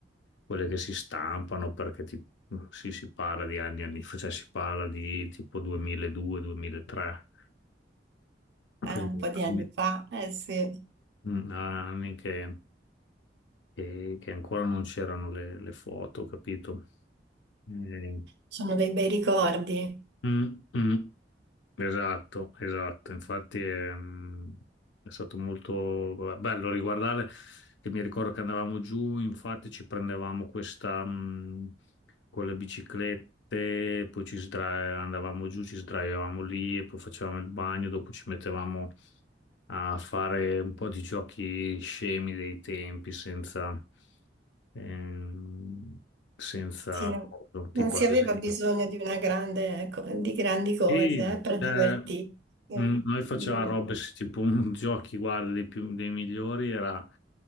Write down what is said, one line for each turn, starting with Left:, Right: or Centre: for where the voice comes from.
Left: quelle che si stampano perché ti- sì, si parla di anni e anni fa, cioè si parla di tipo 2002-2003,
Right: Eh,
Left: quindi
Right: un po' di anni
Left: anni,
Right: fa. Eh sì,
Left: mm, anni che, che- che ancora non c'erano le, le foto, capito? Eh,
Right: sono dei bei ricordi.
Left: mm, mm. Esatto, esatto, infatti è, mm, è stato molto bello riguardare, che mi ricordo che andavamo giù, infatti ci prendevamo questa mm, con le biciclette, poi ci sdra- andavamo giù, ci sdraiavamo lì e poi facevamo il bagno, dopo ci mettevamo a fare un po' di giochi scemi dei tempi senza, ehm, senza,
Right: Sì, no-
Left: tipo
Right: non si
Left: ad
Right: aveva
Left: esempio.
Right: bisogno di una grande, co- di grandi cose,
Left: Sì,
Right: eh, per
Left: cioè,
Right: divertirsi. Eh,
Left: Mm, Noi facevamo
Right: mm,
Left: robe, s- tipo un <laughs> giochi, guarda, dei, più- dei migliori era